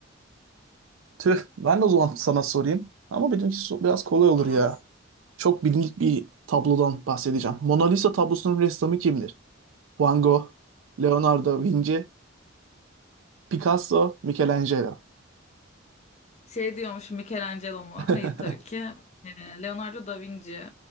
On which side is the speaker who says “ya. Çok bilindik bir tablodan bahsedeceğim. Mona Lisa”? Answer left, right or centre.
Right